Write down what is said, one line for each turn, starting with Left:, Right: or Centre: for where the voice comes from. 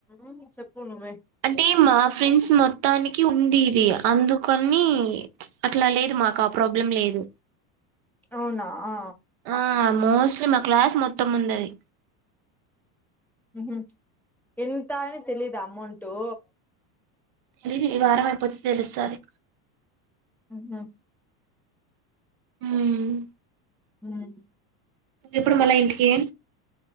Centre: ఆ నిక్ చెప్పు నువ్వే
Right: అంటే మా ఫ్రెండ్స్ మొత్తానికి ఉంది. ఇది అందుకని అట్లా లేదు మాకు ఆ ప్రాబ్ బ్లాం లేదు.
Centre: అవునా ఆ
Right: ఆ మోస్ట్లీ మా క్లాస్ మొత్తం ఉందది.
Centre: ఉహ్ హు ఇంత అని తెలీదా అమౌంటు
Right: లిది. ఈ వారం అయిపోతే తెలుస్తది.
Centre: ఉహ్ హు
Right: ఊమ్మ్
Centre: ఊమ్మ్
Right: ఎప్పుడు మళ్ళా ఇంటికీ.